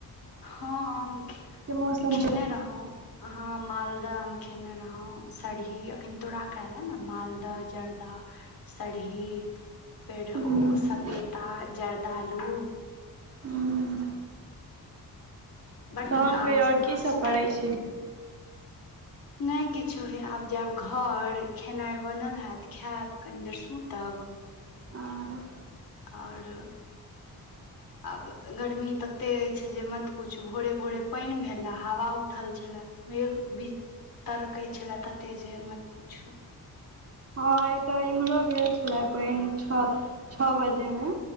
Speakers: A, on the left (about 65°); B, on the right (about 40°).
A: हँ हम खे
B: मौसम
A: खेने
B: छै
A: रहौ अह मालदह आम खेने रहौ सरही अखन तोरा कहले ने मालदह जर्दाह सरही फेर
B: हूँ
A: ओ सपेता जर्दालू
B: हूँ
A: बड
B: तखन
A: नीक आम
B: कह आओर
A: सब
B: कीसभ
A: अछि
B: करै छी
A: नहि किछो हय आब जायब घर खेनाइ बनल हैत खैब कनि देर सुतब
B: हँ
A: आओर
B: <inaudible>
A: आब गर्मी तते अछि जे मत पुछू भोरे भोरे पानि भेल हे हवा उठल छलए मेघ बिज तरकै छल कऽते जे मत पूछू
B: आइ तऽ इम्हरो भेल छले पइन छ छौ बजे मे